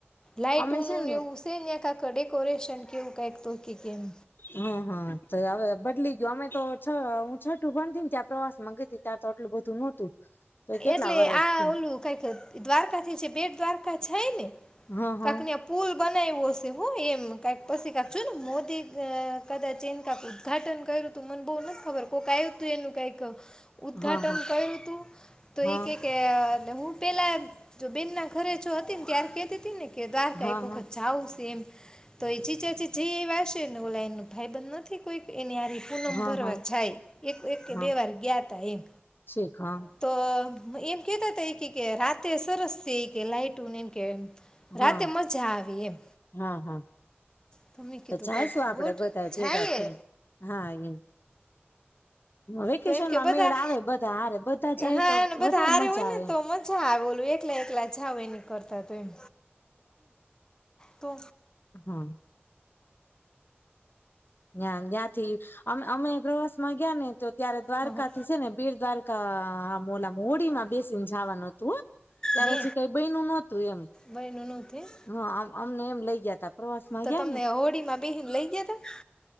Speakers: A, on the left; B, on the left.
A: લાઈટુનુને
B: અમે છે ને
A: એવું સેને કા તો ડેકોરેશન એવું કંઈક તો. કે કેમ
B: હમ હા તવે બદલી ગયયો અમે તો છ હું છઠું બંધી ને ત્યા પ્રવાસમાં ગી ત્યાં તો આટું બધું નહોતું. તો કેટલા
A: એટલે
B: વરસ
A: આ
B: થયા
A: ઓલું કાઇક દ્વારકાથી જે બેટ દ્વારકા જાયને
B: હા હા
A: કાક ત્યાં પુલ બનાવ્યું હશે. હું એમ કઇક પછી છે ને મોદી કદાચ એને કાક ઉદઘાટન કર્યું તું મને બવ નથી ખબર. કોઈક આવ્યું તું એનું કઈક ઉદઘાટન
B: હા
A: કયરુ તું.
B: હા
A: તો ઇ કેય કે હું પેલા જો બેન ના ઘરે જો હતી ને તાર કેહતી તી ને કે દ્વારકા
B: હા હા
A: એક વખત
B: હા
A: જાવું છે એમ, તો એ <unintelligible> જે <unintelligible> ભાઈ બંધ નથી કોઈ એને હરી પૂનમ
B: હા હા
A: ભરવા
B: હા
A: જાય એક એક કે
B: હા
A: બે વાર ગયા ત એમ.
B: શીખ હા
A: તો એમ કતા ત કે કે રાતે સરસ છે એ કે લાઈટને એમ, કે રાતે
B: હા
A: મજા આવી એમ
B: હા હા
A: તમે કીધું
B: તો જાયશું
A: કઈ
B: આપડે
A: ગોટ
B: બધા
A: જાય.
B: ભેગા થઈ હા એમ વેકેશનમાં
A: તો એમ કે બધા,
B: મેળ આવે બધા હારે બધા જાય
A: હા
B: તો
A: બધા
B: વધારે
A: હારે
B: મજા
A: હોય
B: આવે
A: ને તો
B: એમ
A: મજા આવે ઓલ એકલા એકલા જાવય ન કરતા તો એમ. તો
B: હમ. ના્યા જ્યાંથી, અ અમે પ્રવાસ માં ગયા ને તો ત્યારે દ્વારકાથી
A: હા
B: છે ને બીડ દ્વારકા કા મોલા મોડી માં બેસી ને જવાનું હતું. ત્યારે
A: હે
B: પછી કઈ બયનું નહોતું એમ.
A: બયનું નહોતું એમ.
B: હા. અમને એમ લઈ ગયા તા. પ્રવાસ માં
A: તો
B: ગયા
A: તમને
B: ને
A: હોડીમાં બેહીન લઈ ગયા હતા?